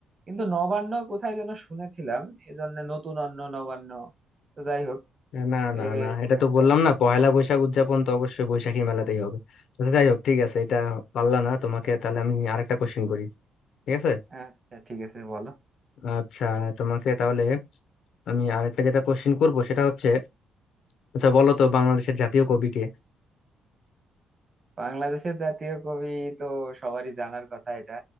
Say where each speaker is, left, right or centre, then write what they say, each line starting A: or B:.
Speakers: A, on the right; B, on the left.
A: কিন্তু নবান্ন কোথায় যেন শুনেছিলাম এজন্য নতুন অন্ন নবান্ন তো যাই হোক
B: না
A: এরকম
B: না না এটা তো
A: একটা
B: বললাম না পহেলা বৈশাখ উদযাপন তো অবশ্যই বৈশাখী মেলাতেই হবে তো যাই হোক ঠিক আছে এটা পারলা না তোমাকে তাহলে আমি আরেকটা কোশ্চেন করি ঠিক আছে
A: আচ্ছা ঠিক আছে বলো
B: আচ্ছা তোমাকে তাহলে আমি আরেকটা যেটা কোশ্চিন করব সেটা হচ্ছে আচ্ছা বলো তো বাংলাদেশের জাতীয় কবি কে
A: বাংলাদেশের জাতীয় কবি তো সবারই জানার কথা এটা